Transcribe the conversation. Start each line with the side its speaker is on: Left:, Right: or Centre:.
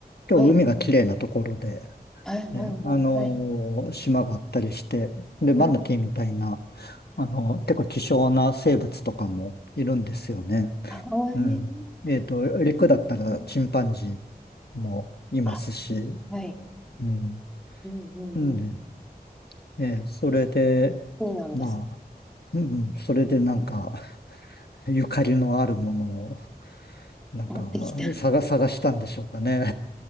Left: 今日海が綺麗なところで、
Centre: はい。はい。うんうんはい。
Left: ね、あのー島があったりして、で、マナティーみたいな、
Centre: うん
Left: あの結構希少な生物とかもいるんですよね。
Centre: あ、おい。
Left: うん。えっと、陸だったらチンパンジー
Centre: うんうん
Left: もいますし、
Centre: あ、うんはい。
Left: うん。
Centre: うんうんうん。
Left: うんね。ええそれで、
Centre: そうなんです。
Left: まあ、うんうん、それでなんか、
Centre: うん
Left: <laughs> ゆかりのあるものを、なんか、
Centre: 持ってきた。
Left: 探、探したんでしょうかね。